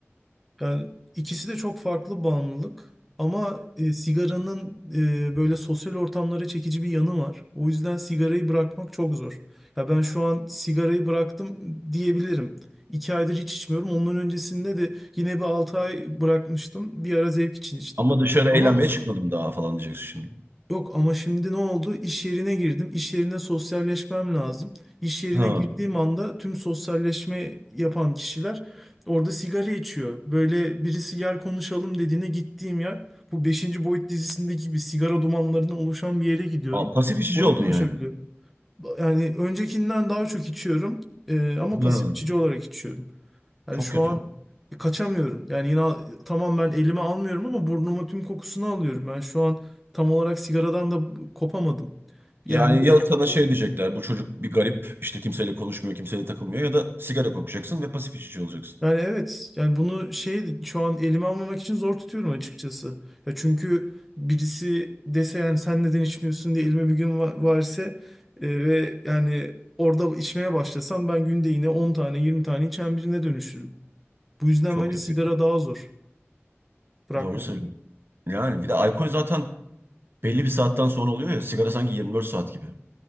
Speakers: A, in the centre; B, on the right.
A: Yani ikisi de çok farklı bağımlılık ama e, sigaranın e, böyle sosyal ortamlara çekici bir yanı var. O yüzden sigarayı bırakmak çok zor. Ya ben şu an sigarayı bıraktım diyebilirim. İki aydır hiç içmiyorum. Ondan öncesinde de yine bir altı ay bırakmıştım. Bir ara zevk için içtim.
B: Ama dışarı
A: Ama
B: eğlenmeye çıkmadım daha falan diyeceksin şimdi.
A: Yok ama şimdi ne oldu? İş yerine girdim. İş yerine sosyalleşmem lazım. İş yerine
B: Ha.
A: girdiğim anda tüm sosyalleşme yapan kişiler orada sigara içiyor. Böyle birisi gel konuşalım dediğine gittiğim yer bu beşinci Boyut dizisindeki gibi sigara dumanlarından oluşan bir yere gidiyorum.
B: Aa, pasif içici
A: Orada
B: oldun
A: konuşabiliyorum.
B: yani.
A: Yani öncekinden daha çok içiyorum. Ee, ama
B: Ha.
A: pasif içici olarak içiyorum. Yani
B: Çok
A: şu
B: kötü.
A: an e, kaçamıyorum. Yani yine tamam ben elime almıyorum ama burnuma tüm kokusunu alıyorum. Ben şu an tam olarak sigaradan da kopamadım. Yani
B: Yani
A: bir-
B: ya sana şey diyecekler bu çocuk bir garip işte kimseyle konuşmuyor kimseyle takılmıyor ya da sigara kokacaksın ve pasif içici olacaksın.
A: yani evet. Yani bunu şey şu an elime almamak için zor tutuyorum açıkçası. Ya çünkü birisi dese yani sen neden içmiyorsun diye elime bir gün va- verse e, ve yani orada içmeye başlasam ben günde yine 10 tane 20 tane içen birine dönüşürüm. Bu yüzden
B: Çok
A: bence
B: kötü.
A: sigara daha zor bırakmak.
B: Doğru söylüyorsun. Yani bir de alkol zaten belli bir saatten sonra oluyor ya sigara sanki 24 saat gibi.